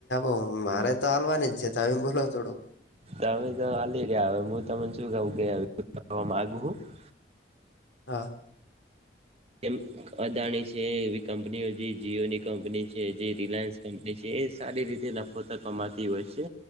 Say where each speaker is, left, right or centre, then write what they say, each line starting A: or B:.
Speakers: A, on the left; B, on the right.
A: ઓ મારે તો હાલવાની જ છે તમે બોલો થોડું
B: તમે તો હાલી ગયા હવે હું તમને શું. <unintelligible>
A: હા
B: એમ અદાણી છે એવી કંપનીઓ જે જીઓની કંપની છે જે રિલાયન્સ એ સારી રીતે નફોત કમાતી હોય છે